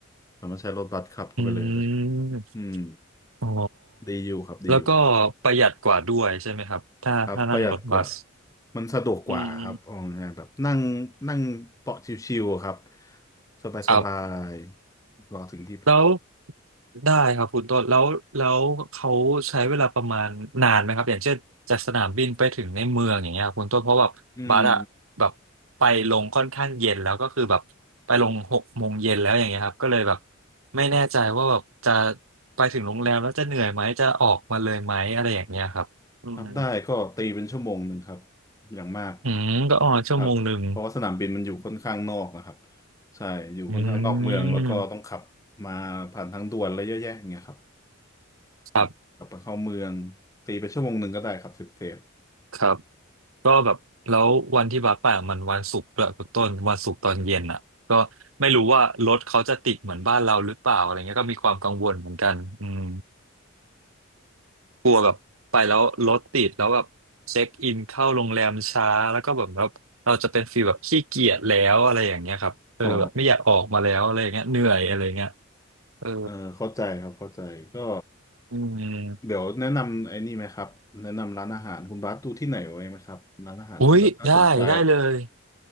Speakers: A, on the left; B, on the right.
A: เรามารถใช้รถบัสขับเข้าไปเลยเลย
B: อืม
A: อืม
B: อ๋อ
A: ดีอยู่ครับดีอยู่
B: แล้วก็ประหยัดกว่าด้วยใช่ไหมครับถ้าถ้านั่งรถบัส
A: ครับประหยัดกว่ามันสะดวกกว่าครับเอาง่ายๆแบบนั่งนั่งเบาะชิวๆอะครับ
B: อืม
A: สบายสบาย
B: ครับ
A: รอถึงที่
B: แล้วได้ครับคุณต้นแล้วแล้วเขาใช้เวลาประมาณนานไหมครับอย่างเช่นจากสนามบินไปถึงในเมืองอย่างเงี้ยคุณต้นเพราะแบบบัสอะแบบไปลงค่อนข้างเย็นแล้วก็คือแบบไปลงหกโมงเย็นแล้วอย่างเงี้ยครับก็เลยแบบ
A: อืม
B: ไม่แน่ใจว่าแบบจะไปถึงโรงแรมแล้วจะเหนื่อยไหมจะออกมาเลยไหมอะไรอย่างเงี้ยครับอืม
A: ครับได้ก็ตีเป็นชั่วโมงหนึ่งครับอย่างมาก
B: อืมก็อ๋อชั่วโมงหนึ่ง
A: ครับเพราะว่าสนามบินมันอยู่ค่อนข้างนอกนะครับใช่อยู่ค่อนข้างนอกเมืองแล้วก็ต้องขับมาผ่านทางด่วนอะไรเยอะแยะอย่างเงี้ยครับ
B: อืมครับ
A: อืมกลับมาเข้าเมืองตีไปชั่วโมงหนึ่งก็ได้ครับเซฟเซฟ
B: ครับ ก็แบบแล้ววันที่บัสไปอะมันวันศุกร์ด้วยคุณต้นวันศุกร์ตอนเย็นอ่ะก็ไม่รู้ว่ารถเขาจะติดเหมือนบ้านเราหรือเปล่าอะไรเงี้ยก็มีความกังวลเหมือนกันอืมกลัวแบบไปแล้วรถติดแล้วแบบเช็คอินเข้าโรงแรมช้าแล้วก็แบบแบบเราจะเป็นฟีลแบบขี้เกียจแล้วอะไรอย่างเงี้ยครับเออแบบไม่อยากออกมาแล้วอะไรอย่างเงี้ยเหนื่อยอะไรเงี้ย
A: อ๋อ
B: เออ
A: เออเข้าใจครับเข้าใจก็
B: อืม
A: เดี๋ยวแนะนำไอ้นี่ไหมครับแนะนำร้านอาหารคุณบาสดูที่ไหนไว้ไหมครับร้านอาหารที่แบบน่าสนใจ
B: อุ้ยได้ได้เลย